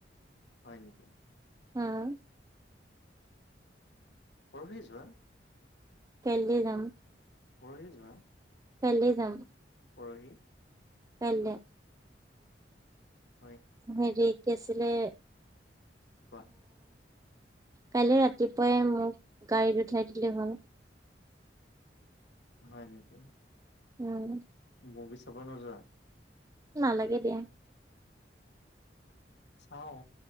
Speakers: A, on the left (about 75°); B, on the right (about 20°).
A: হয় নেকি?
B: উম,
A: পৰহি যোৱা।
B: কেলে যাম।
A: পৰহি যোৱা।
B: কালি যাম।
A: পৰহি
B: কাইলে।
A: আ <unintelligible>
B: হেৰী কেছ। লে।
A: কোৱা?
B: কাইলৈ ৰাতিপুৱাই মোক গাড়ীত উঠাই দিলে হল।
A: হয় নেকি?
B: উম,
A: মভী চাব নযোৱা।
B: নালাগে দিয়া।
A: চাও